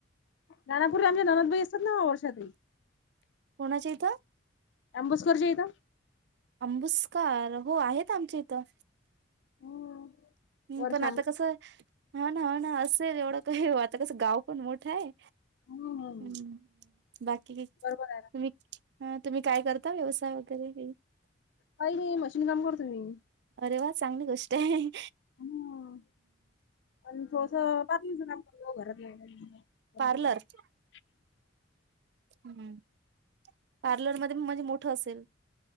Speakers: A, on the left; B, on the right.
A: नानापूरला आमच्या नणंद बाई असतात ना वर्षा ताई.
B: कोणाच्या हीत?
A: अंबुस्करच्या हीत.
B: अंबुसकार हो आहेत आमच्या इथं.
A: हम्म,
B: हम्
A: वर्षा
B: पण आता
A: आंबुसकर
B: कसं न्हव न्हव असेल एवढं काही आता कसं गाव पण मोठं हाय
A: हम्म हम्म.
B: हम् बाकी तुम्ही
A: बरोबर आहे ना
B: ह तुम्ही काय करता व्यवसाय वगैरे?
A: काई नाही मशीन काम करतो मी.
B: अरे वा चांगली गोष्ट हाय.
A: हम्म. आणि थोडस पार्लरच काम करतो घरातल्या घरात
B: पार्लर
A: <unintelligible>
B: <inaudible> हम्म पार्लरमध्ये म म्हणजे मोठ असेल?